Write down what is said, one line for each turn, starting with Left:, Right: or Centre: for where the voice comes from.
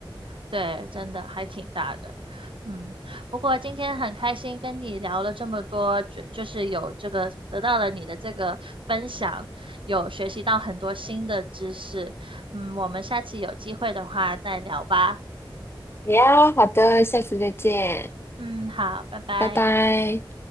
Right: 对，真的还挺大的，嗯，不过今天很开心跟你聊了这么多，就就是有这个得到了你的这个分享，有学习到很多新的知识，嗯，我们下次有机会的话再聊吧，
Left: 呀，好的，下次再见，
Right: 嗯，好，拜拜。
Left: 拜拜。